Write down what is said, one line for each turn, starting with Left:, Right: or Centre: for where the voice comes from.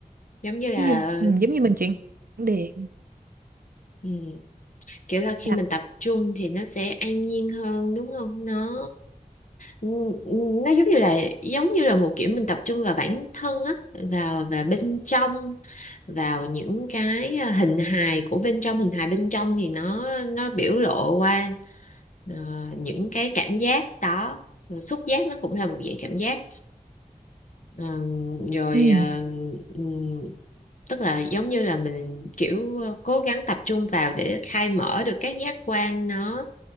Left: giống như là
Right: giống như ừ, giống như mình chuyển điện
Left: ừ. kiểu là khi
Right: sạc
Left: mình tập trung thì nó sẽ an nhiên hơn đúng không nó Ừ, ừ, nó giống như là giống như là một kiểu mình tập trung vào bản thân á vào và bên trong vào những cái à, hình hài của bên trong hình hài bên trong thì nó nó biểu lộ qua ờ, những cái cảm giác đó Rồi xúc giác nó cũng là một dạng cảm giác Ờ, rồi
Right: ừ
Left: ờ, ừm, tức là giống như là mình kiểu ờ, cố gắng tập trung vào để khai mở được các giác quan nó